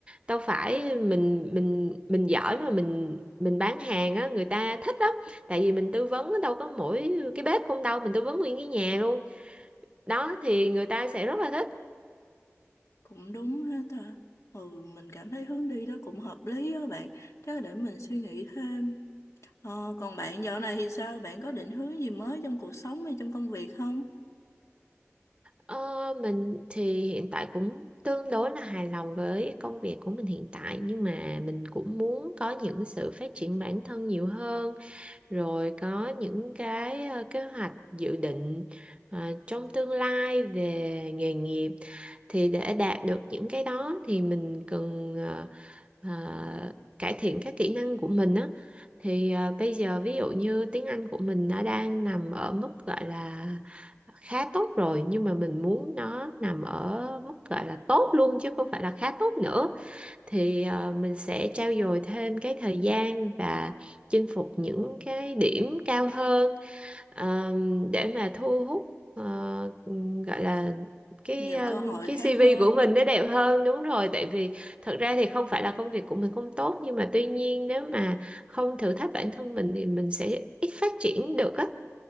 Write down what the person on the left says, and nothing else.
Cũng đúng ha ta. Ừ, mình cảm thấy hướng đi đó cũng hợp lý á bạn. Chắc để mình suy nghĩ thêm. Ờ, còn bạn dạo này thì sao? Bạn có định hướng gì mới trong cuộc sống hay trong công việc không?
nhiều
cơ hội
khác
hơn